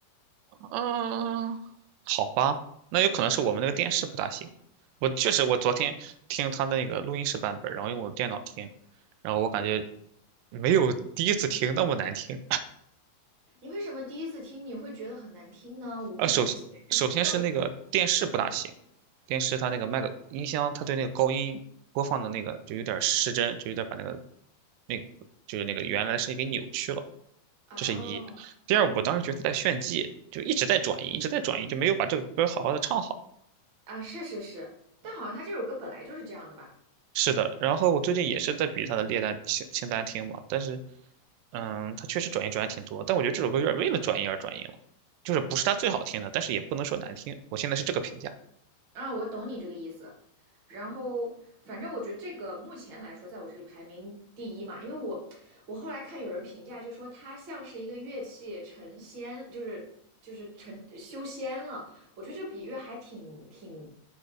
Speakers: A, on the right; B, on the right.
A: 嗯，好吧，那有可能是我们那个电视不大行。我确实，我昨天听他的那个录音室版本，然后用我的电脑听，然后我感觉没有第一次听那么难听。
B: 你为什么第一次听你会觉得很难听呢？我不理解，
A: 呃，首先首先是那个电视不大行，
B: 是调子吗？
A: 电视它那个麦克音箱，它对那个高音播放的那个就有点失真，就有点把那个那个就是那个原来的声音给扭曲了，
B: 哦，
A: 这是一。第二，我当时觉得他在炫技，就一直在转移，一直在转移，就没有把这个歌好好的唱好。
B: 啊，是是是，但好像他这首歌本来就是这样的吧？
A: 是的，然后我最近也是在比他的列单清清单听嘛，但是，嗯，他确实转音转的挺多，但我觉得这首歌有点为了转音而转音了，就是不是他最好听的，但是也不能说难听，我现在是这个评价。
B: 啊，我懂你这个意思。然后，反正我觉得这个目前来说，在我这里排名第一嘛，因为我我后来看有人评价，就说它像是一个乐器成仙，就是就是成修仙了。我觉得这个比喻还挺挺，